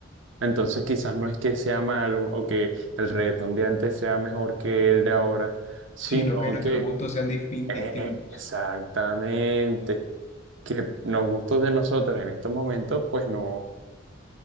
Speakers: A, on the right (about 70°); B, on the left (about 35°).
A: entonces quizás no es que sea malo o que el reggaetón de antes sea mejor que el de ahora, sino
B: sino que nuestros
A: que
B: gustos sean disfin-
A: eh,
B: distintos.
A: exactamente que los gustos de nosotros en estos momentos pues no